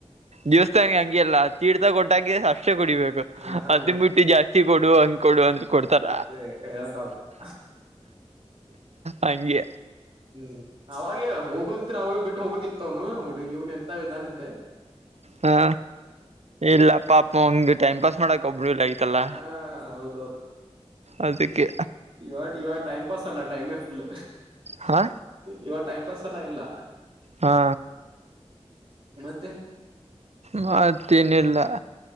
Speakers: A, on the right; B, on the right.
A: ದೇವಸ್ಥಾನಗೆ ಹಂಗಿ ಅಲ್ಲ ತೀರ್ಥ ಕೊಟ್ಟಾಗಿ ಅಷ್ಟೇ ಕುಡಿಬೇಕು
B: ಹ ಹಾ
A: ಅದ ಬಿಟ್ಟು ಜಾಸ್ತಿ ಕೊಡು ಹಂಗ ಕೊಡು ಅಂದ ಕೊಡ್ತಾರ
B: ಅದೇ ಹೇಳಕ್ ಆಗುದಿಲ್ಲ
A: ಹಂಗೆ
B: ಹ್ಮ್ ಅವಾಗ ಹೋಗೋದಿದ್ರೆ ಅವಾಗ ಬಿಟ್ಟು ಹೋಗ್ಬೇಕಕ್ಿತ್ತವನುಡಿ ಇವನ್ ಎಂತ ವಿಧಾನಂತೆ
A: ಹಾ ಇಲ್ಲ ಪಾಪ ಹಂಗ್ ಟೈಮ್ ಪಾಸ್ ಮಾಡಕ್ ಒಬ್ಬರು ಇಲ್ಲ ಆಯ್ತಲ್ಲ
B: ಹ ಹೌದೌದು
A: ಅದಕ್ಕೆ
B: ಇವ ಇವಾಗ ಟೈಮ್ ಪಾಸ್ ಅಲ್ಲ ಟೈಮೇ ಫುಲ್
A: ಹಾ
B: ಇವಾಗ ಟೈಮ್ ಪಾಸ್ ಎಲ್ಲಾ ಇಲ್ಲ
A: ಹಾ
B: ಮತ್ತೆ
A: ಮತ್ತೇನ ಇಿಲ್ಲ